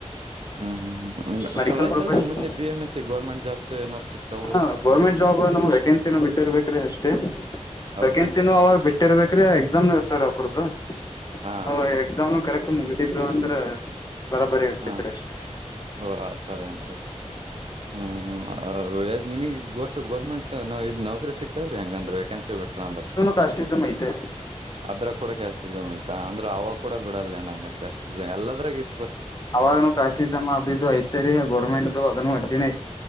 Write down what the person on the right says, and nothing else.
ಹ್ಮ್ ಹ್ಮ್
ಚಲೋ ಆಐತಲ್ರಿ
ಮುಂದೆ B M S C government jobs ಏನಾರ್ ಸಿಕ್ತಾವು
ಹೌದೇನ್ರಿ
ಹಾ
ರೀ
ಹಾ
ಓ ಆತರ ಏನ್ರಿ ಹ್ಮ್ ಹ್ಮ್ ನಿಮಗ್ ಒಟ್ಟು ಗೋರ್ಮೆಂಟ್ ನ ಇದ್ ನೌಕರಿ ಸಿಕ್ತಾವ್ರಿ ಹಂಗ ಅ್ರ ವೇಕನ್ಸಿ <inaudible> ಬಿ್ರಾ ಅ್ರ
ಅದ್ರ ಕೂಡ ಕಾಸ್ <inaudible> ಸಮಯತ ಅಂದ್ರೆ ಅವ ಕೂಡ ಬಿಡಲ್ಲೇ ನಂ <inaudible> ಜಾಸ್ ಎಲ್ಲದರಾಗ ಇಷ್ಟ